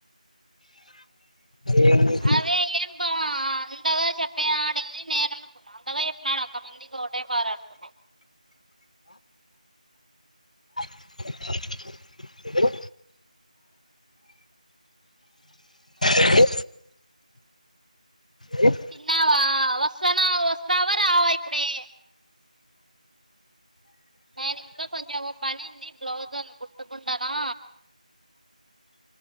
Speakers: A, on the left; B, on the right.
A: ఏందికి
B: అదే ఏం బా అంతగా చెప్పే ఆడేని నేను అనుకున్నా అంతగా చెప్పినడు అంతమందికి ఒకే పారనుకున్న
A: హలో ఏంది హుమ్
B: తిన్నావా వస్తానా వస్తావా రావా ఇప్పుడే నేను ఇంకా కొంచెం ఒక పనింది బ్లౌజ్ అందు కుట్టుకుండానా